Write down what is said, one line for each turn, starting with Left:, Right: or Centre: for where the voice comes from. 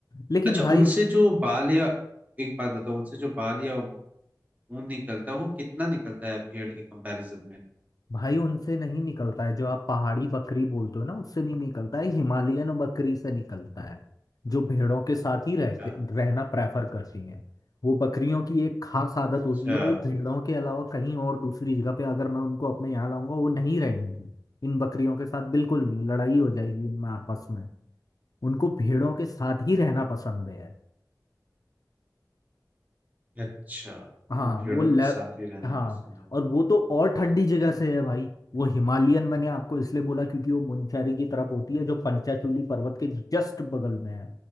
Left: लेकिन
Right: अच्छा
Left: भाई
Right: उनसे जो बाल या एक बात बताओ उनसे जो बाल या ऊन निकलता है वो कितना निकलता है भेड़ के कंपैरिजन में
Left: भाई उनसे नहीं निकलता है जो आप पहाड़ी बकरी बोलते हो ना उससे नहीं निकलता है हिमालयन बकरी से निकलता है जो भेड़ों के साथ ही रहते
Right: अच्छा
Left: रहना प्रेफर करती हैं वो बकरियों की एक खास आदत
Right: अच्छा
Left: होती है वो भेड़ों के अलावा कहीं और दूसरी जगह पे अगर मैं उनको अपने यहाँ लाऊंगा वो नहीं रहेंगी इन बकरियों के साथ बिल्कुल नहीं लड़ाई हो जाएगी इनमें आपस में उनको भेड़ों के साथ ही रहना पसंद है
Right: अच्छा
Left: हाँ
Right: तुम्हें भेड़ों
Left: वो लेव
Right: के साथ ही रहना
Left: हाँ
Right: पसंद है
Left: और वो तो और ठंडी जगह से है भाई वो हिमालयन मैंने आपको इसलिए बोला क्योंकि वो मुनचारी की तरफ होती है जो पंचाचूली पर्वत के जस्ट बगल में है